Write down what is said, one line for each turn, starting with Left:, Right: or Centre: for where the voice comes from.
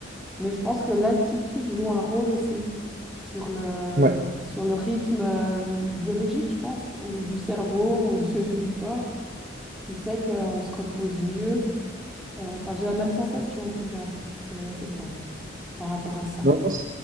Centre: Mais je pense que l'altitude joue un rôle aussi sur le,
Right: Ouais.
Centre: sur le rythme euh, biologique, je pense, ou du cerveau ou du du corps qui fait qu'on se repose mieux euh, Enfin, j'ai la même sensation en tout cas que, que toi par rapport à ça.
Right: Non, non, c'est